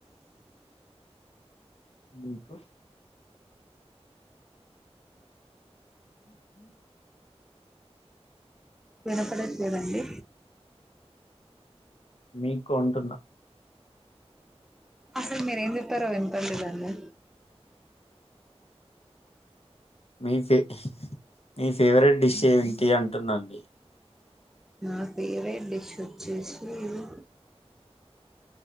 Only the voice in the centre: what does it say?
వినపడట్లేదండి
అసలు మీరు ఏం చెప్పారో వినపన్ లేదు అండి
నా ఫేవరెట్ డిష్ వచ్చేసి ఇ